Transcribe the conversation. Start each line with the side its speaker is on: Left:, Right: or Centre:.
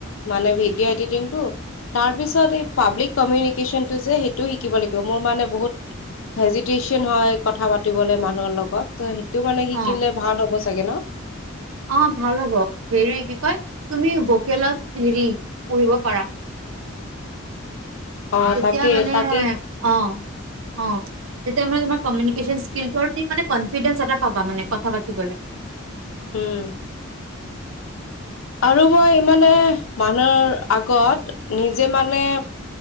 Left: মানে ভিডিঅ' এডিত কিন্তু, তাৰপিছত এই পাব্লিক কমিউনিকেশ্যনটো যে, সেইটো শিকিব লাগিব। মোৰ মানে বহুত হেজিটেচন হয়, কথা পাতিবলে মানুহৰ লগত তো টো মানে শিকিলে
Right: অ
Left: ভাল হ'ব চাগে ন?
Right: অ' ভাল হ'ব, হেৰি কি কয়? তুমি ভোকেলত হেৰি পঢ়িব পাৰা।
Left: অ
Right: তেতিয়া
Left: তাকে
Right: মানে
Left: তাকেই
Right: হে অ'। অ। তেতিয়া মানে তোমাৰ কমিউনিকেচন স্কিলটো আৰু তুমি মানে কনফিডেন্স এটা পাবা মানে কথা পাতিবলে। <inaudible>
Left: উম। আৰু মই মানে, মানুহৰ আগত, নিজে মানে